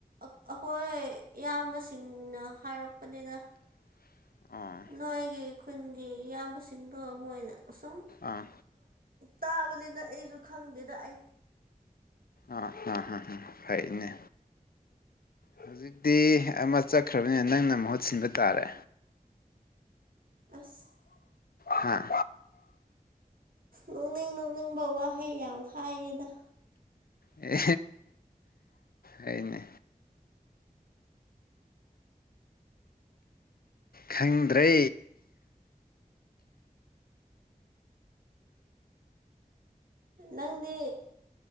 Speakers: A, on the right; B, on the left.
A: ꯑꯩꯈꯣꯏ ꯏꯌꯥꯝꯕꯁꯤ ꯇꯟꯅ ꯍꯥꯏꯔꯛꯄꯅꯤꯅ
B: <unintelligible> ꯑꯥ
A: ꯅꯣꯏꯒꯤ ꯈꯨꯟꯒꯤ ꯏꯌꯥꯝꯕꯁꯤꯡꯗꯣ ꯃꯣꯏꯅ ꯑꯁꯨꯝ
B: ꯑꯥ
A: ꯇꯥꯕꯅꯤꯅ ꯑꯩꯁꯨ ꯈꯪꯗꯦꯗ ꯑꯩ
B: ꯑꯥ ꯍꯥꯥ ꯍꯅꯦ ꯍꯧꯖꯤꯛꯇꯤ ꯑꯃ ꯆꯠꯈ꯭ꯔꯕꯅꯤꯅ ꯅꯪꯅ ꯃꯍꯨꯠ ꯁꯤꯟꯕ ꯇꯥꯔꯦ
A: ꯑꯁ
B: ꯍꯥꯝ
A: ꯅꯣꯛꯅꯤꯡ ꯅꯣꯛꯅꯤꯡꯕ ꯋꯥꯍꯩ ꯌꯥꯝ ꯍꯥꯏꯌꯦꯦꯗ
B: ꯑꯦ ꯍꯅꯦ ꯈꯪꯗ꯭ꯔꯦ
A: ꯅꯪꯗꯤ